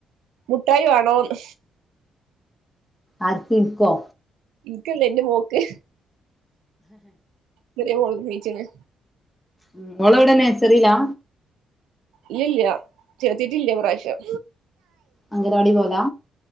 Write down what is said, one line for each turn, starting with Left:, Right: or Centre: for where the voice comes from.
Right: മുട്ടായി വാണോന്ന്
Left: ആർക്ക് ഇൻകോ
Right: ഇനിക്കല്ല ഇന്റെ മോക്ക് ചെറിയ മോള് നീച്ച്ണ്
Left: ഉം മോള് എവിടെ നേഴസറിയിലാ
Right: ഇല്ലല്ല ചേരത്തിട്ടില്ല ഈ പ്രാവശ്യം
Left: അംഗനവാടി പോവല